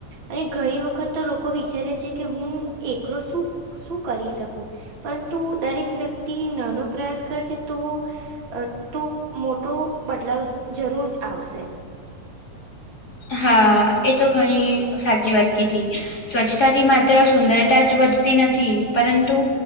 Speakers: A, on the right; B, on the left.
A: અને ઘણી વખત તો લોકો વિચારે છે કે હું એકલો શું શું કરી શકુ? પરંતુ દરેક વ્યક્તિ નાનો પ્રયાસ કરશે તો અ તો મોટો બદલાવ જરૂર જ આવશે.
B: હા એ તો ઘણી સાચી વાત કીધી. સ્વચ્છતાથી માત્ર સુંદરતા જ વધતી નથી પરંતુ